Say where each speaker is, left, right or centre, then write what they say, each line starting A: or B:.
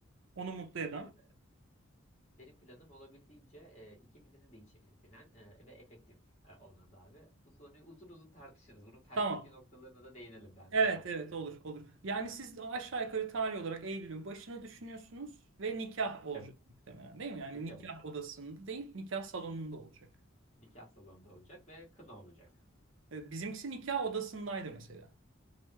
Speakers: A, on the right; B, on the left.
A: onu mutlu eden.
B: e, benim planım olabildiğince e, ikimizin de içine sinen e, ve efektif e, olması abi. Bu soruyu uzun uzun tartışırız. Bunun felsefi
A: Tamam.
B: noktalarına da değinelim ben
A: Evet
B: seninle.
A: evet olur olur. Yani siz aşağı yukarı tarih olarak Eylül'ün başını düşünüyorsunuz ve nikah olacak
B: Evet,
A: muhtemelen değil mi? Yani
B: nikah
A: nikah
B: olacak.
A: odasında değil nikah salonunda olacak.
B: Nikah salonunda olacak ve kına olacak.
A: E, Bizimkisi nikah odasındaydı mesela.